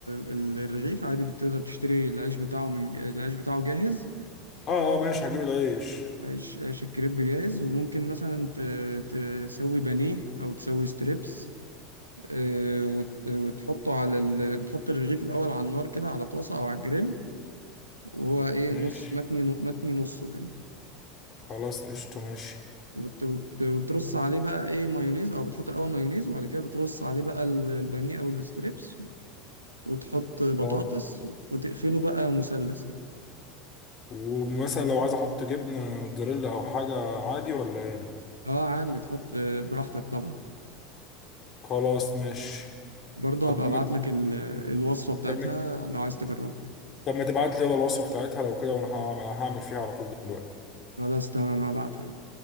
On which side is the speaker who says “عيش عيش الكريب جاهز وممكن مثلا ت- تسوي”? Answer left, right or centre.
Right